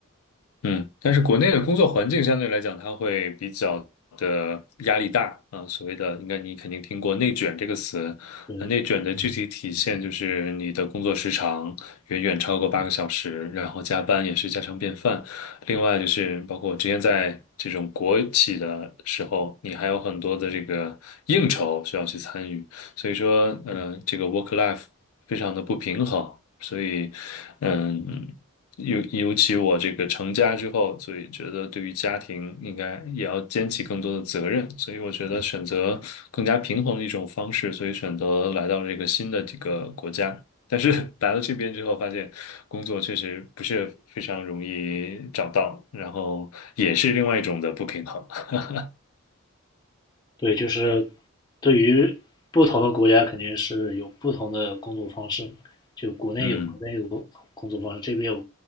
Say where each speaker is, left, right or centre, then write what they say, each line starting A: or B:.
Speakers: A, on the left; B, on the left.
A: 嗯，但是国内的工作环境相对来讲，它会比较的压力大啊。所谓的，应该你肯定听过“内卷”这个词。
B: 对
A: 那内卷的具体体现就是你的工作时长远远超过八个小时，然后加班也是家常便饭。另外就是包括我之前在这种国企的时候，你还有很多的这个应酬需要去参与。所以说，嗯、这个 work life 非常的不平衡，所以，嗯，尤尤其我这个成家之后，所以觉得对于家庭应该也要肩起更多的责任，所以我觉得选择更加平衡的一种方式，所以选择来到了这个新的这个国家。但是 <laughs> 来到这边之后，发现工作确实不是非常容易找到，然后也是另外一种的不平衡。<laughs>
B: 对，就是对于不同的国家肯定是有不同的工作方式嘛，就国内有国内的工工作方式，
A: 嗯，
B: 这边有